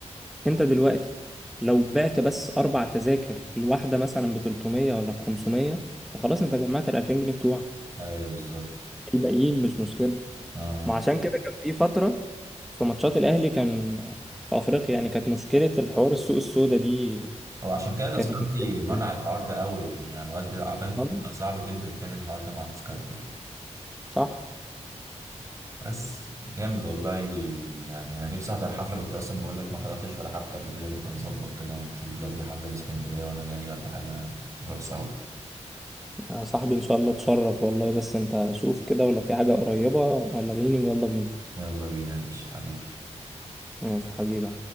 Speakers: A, in the centre; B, on the right.
A: انت دلوقتي لو بعت بس أربع تذاكر الواحدة مثلا بتلتمية ولا بخمسمية فخلاص انت جمعت الألفين جنيه بتوعك
B: ايوه بالظبط
A: الباقيين مش مشكلة
B: اه
A: ما عشان كده كان في فترة في ماتشات الأهلي كان في أفريقيا يعني كانت مشكلة الحوار السوق السودا دي
B: هو عشان كده
A: كان
B: تذكرتي
A: <laughs>
B: منع الحوار ده قوي يعني على قد اعتقد
A: آه،
B: بيبقى صعب جدا تعمل الحوار ده مع تذكرتي
A: صح
B: بس جامد والله يعني انا نفسي احضر حفله كنت اصلا بقول لك ما حضرتش ولا حفله قبل كده نبقى نظبط كده ونشوف لو في حفله في اسكندريه وانا جاي ولا حاجه نروح سوا
A: آه، صاحبي ان شاء الله تشرف والله بس انت شوف كده ولا في حاجة قريبة لغيني ويلا بينا
B: يلا بينا يا باشا حبيبي
A: ماشي حبيبي